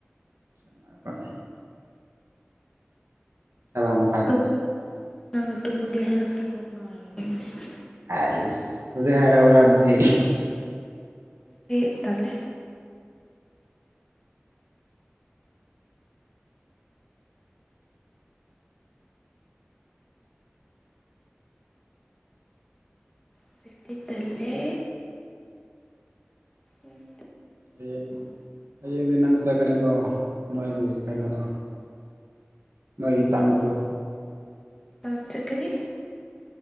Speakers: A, on the right; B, on the left.
A: ꯁꯉꯕ ꯑ ꯃꯈ ꯀꯥꯏꯗ
B: ꯇꯨꯝꯃꯒꯦ ꯅꯪꯅ ꯇꯨꯝꯃꯒꯦ ꯍꯥꯏꯔꯛꯈꯤꯕ ꯉꯉꯥꯏꯕꯦ ꯃꯁꯤꯗꯤ
A: ꯑꯁ ꯍꯧꯖꯤꯛ ꯍꯥꯏꯔ ꯑꯣ ꯔꯗꯤ
B: ꯆꯦ ꯇꯂꯦ ꯍꯧꯖꯤꯞꯛꯇꯤ ꯇꯂꯦ ꯎꯝ
A: ꯍꯌꯦꯡ ꯍꯌꯦꯡꯗꯤ ꯅꯪ ꯄꯁꯥ ꯀꯅꯤꯀꯣ ꯅꯣꯏꯒꯤ ꯀꯩꯅꯩꯅꯗ ꯃꯣꯏꯣꯏꯒꯤ ꯇꯥꯡꯗꯨꯗ
B: ꯇ ꯆꯈꯅꯤ